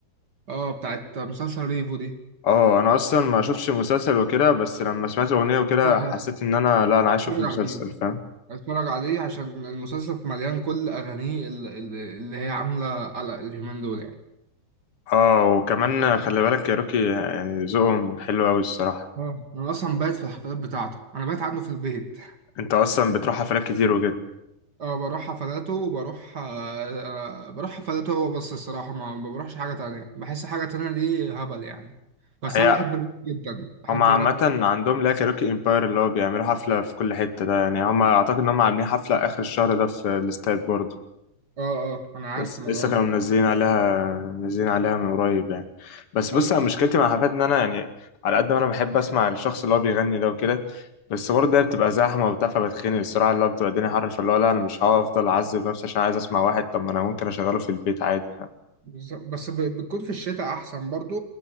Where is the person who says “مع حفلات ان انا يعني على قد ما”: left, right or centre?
Left